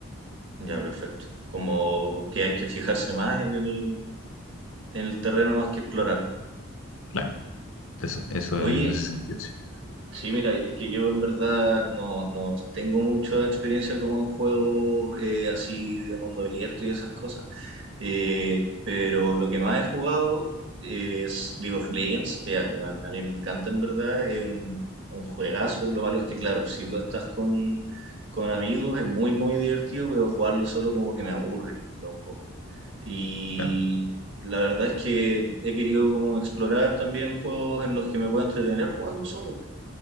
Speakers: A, on the right; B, on the left.
A: ya, perfecto. Como que hay que fijarse más en el... el terreno más que explorarlo.
B: Claro, eso, eso
A: Oye,
B: en ese sentido, sí.
A: sí, mira, es que yo en verdad no, no tengo mucha experiencia como en juegos eh, así de mundo abierto y esas cosas. Eh, pero lo que más he jugado es League of Legends, que ah, weón, a mí me encanta en verdad, es un, un juegazo. Lo malo es que, claro, si tú estás con, con amigos es muy, muy divertido, pero jugarlo solo como que me aburre, en verdad, un poco. Y
B: Claro.
A: la verdad es que he querido como explorar también juegos en los que me pueda entretener jugando solo.